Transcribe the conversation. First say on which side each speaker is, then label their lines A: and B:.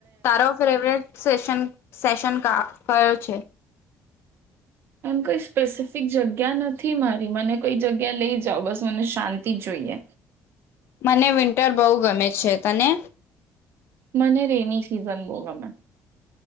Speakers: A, on the left (about 55°); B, on the right (about 50°).
A: તારો ફેવેરેટ સેશન સેશન કા કયો છે.
B: કઈ સ્પેસિફ જગ્યા નથી મારી મને કઈ જગ્યા લઈ જા બસ મને શાંતિ જોઈએ.
A: મને વિન્ટર બહુ ગમે છે. તને?
B: મને રેની સીઝન બહુ ગમે.